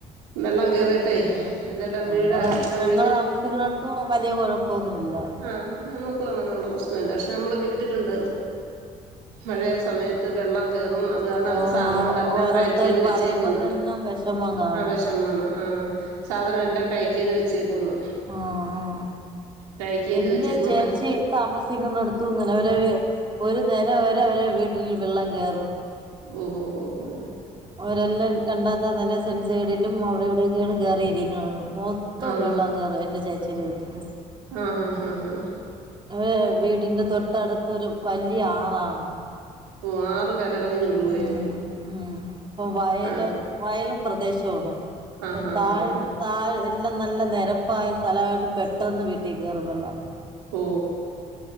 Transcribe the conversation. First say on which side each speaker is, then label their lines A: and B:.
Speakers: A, on the right; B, on the right.
A: വെള്ളം കറി യട്ടെ
B: പിന്നെ
A: എന്തെല്ലാം
B: ഞങ്ങള്
A: വീട് എല്ലാം
B: ഞങ്ങള്
A: ഒഴിഞ്ഞഞ്
B: താമസിക്കുന്നിടത്തും വലിയ കുഴപ്പൊന്നുല്ല
A: ആഹ് നമുക്ക് അങ്ങനെയുള്ള പ്രശ്നല്ല പക്ഷെ നമ്മള് കേട്ടിട്ടുണ്ട് മഴയ സമയത്ത് വെള്ളം <unintelligible> അത് കാരണം അവര്
B: ഓ
A: സാധനങ്ങളെല്ലാം
B: ഓരോരുത്തർ
A: പാക്ക് ചെയ്ത് വെച്ചേക്കുന്നു
B: പറയുമ്പം തന്നെ വിഷമം കാണും
A: ആഹ് വിശന്ന് ആഹ് സാധനം എല്ലാം പാക്ക് ചെയ്ത് വെച്ചേക്കുന്നു
B: ആഹ് ആഹ്
A: പാക്ക് ചെയ്ത്
B: എന്റെ
A: വെച്ചേക്കും
B: ചേച്ചി
A: ഭയ
B: താമസ ക്കുന്ന എടുത്തു ഇങ്ങനെ അവരെ ഒരു നില വരെ അവരെ വീട്ടിൽ വെള്ളം കേയറും
A: ഉം ഉം ഉം ഉം
B: അവരെല്ലാം രണ്ടാത്ത നെല സെൻസൈഡിലും അവിടെ ഇവിടെയൊക്കെയാണ് കയറിയിരിക്കുന്നത് മൊത്തം
A: ആണോ
B: വെള്ളം കയറും എൻ്റെ ചേച്ചീടെ വീട്ടിൽ
A: ആഹ് ആഹ് ആഹ് അഹ്
B: അവര് വീടിന്റെ തൊട്ടടുത്തരു വലിയ ആറാണ്
A: ഓ ആറ് കരകവിഞ്ഞൊഴുകുമായിരിക്കും
B: ഉം ഉം വയൽ
A: ആ
B: വയലും പ്രദേശമാണ്
A: ആ
B: ഇപ്പൊ
A: ഹാ
B: താഴ്
A: ഹാ ഹാ
B: താഴ് എല്ലാം നല്ല നിരപ്പായ സ്ഥലണ്ട് പെട്ടെന്ന് വീട്ടിൽ കയറുമ്പള്ള
A: ഓ